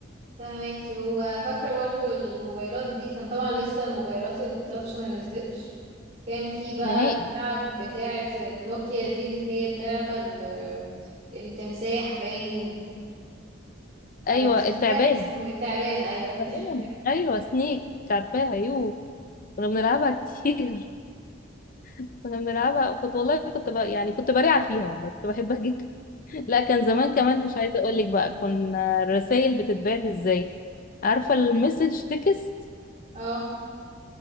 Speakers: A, on the right (about 35°); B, on the left (about 40°).
A: فاهماكي وفاكرة برضو الموبايلات دي كان طبعا لسه الموبايلات التاتش ما نزلتش كان في بقى
B: نهائي
A: اللعب بتاعة النوكيا دي اللي هي اللعبة ال- التمساح باين آه
B: ايوه
A: مش تمساح
B: التعبان
A: اسمه إيه؟ التعبان ايوه التعبان
B: تمام. ايوه سنيك عارفاها يو كنا بنلعبها كتير <laughs> كنا بنلعبها كنت والله كنت ب... يعني كنت بريعة فيها والله كنت بحبها جدا <laughs> لا كان زمان
A: اه
B: كمان مش عايزة اقول لك بقى كنا الرسائل بتتبعت ازاي عارفة المسج تكست
A: اه